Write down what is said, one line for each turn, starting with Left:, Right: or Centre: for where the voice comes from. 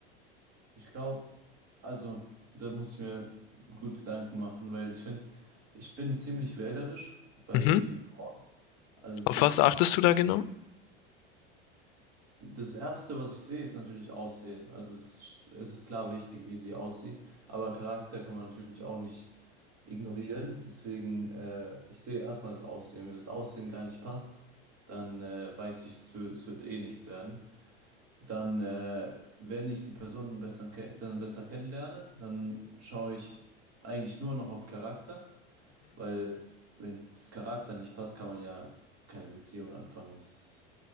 Right: Ich glaube, also da muss ich mir gut Gedanken machen, weil ich finde, ich bin ziemlich wählerisch bei
Left: Mhm.
Right: Frauen. Also es
Left: Auf
Right: gibt,
Left: was achtest du da genau?
Right: das Erste, was ich sehe, ist natürlich Aussehen. Also es, es ist klar wichtig, wie sie aussieht, aber Charakter kann man natürlich auch nicht ignorieren. Deswegen, äh, ich sehe erstmal das Aussehen. Wenn das Aussehen gar nicht passt, dann äh, weiß ich, es wird, es wird eh nichts werden. Dann, äh, wenn ich die Person besser, ke- dann besser kennenlerne, dann schaue ich eigentlich nur noch auf Charakter, weil wenn das Charakter nicht passt, kann man ja keine Beziehung anfangen. Das,